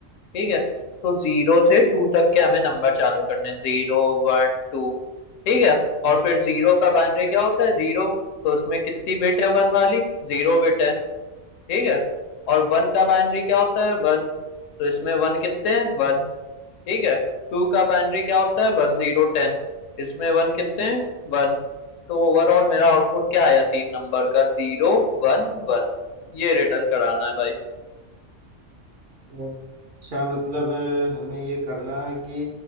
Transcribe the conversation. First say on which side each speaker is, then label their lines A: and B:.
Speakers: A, on the left; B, on the right.
A: ठीक है तो जीरो से टू तक के हमें नंबर चालू करने हैं जीरो वन टू ठीक है और फिर जीरो का बाइनरी क्या होता है जीरो तो उसमें कितनी बिट है वन वाली जीरो बिट है ठीक है और वन का बाइनरी क्या होता है वन तो इसमें वन कितने हैं वन ठीक है टू का बाइनरी क्या होता है One zero ten इसमें वन कितने हैं वन तो ओवरऑल मेरा आउटपुट क्या आया तीन नंबर का जीरो वन वन ये रिटर्न कराना है भाई
B: है अच्छा मतलब अ, हमें ये करना है कि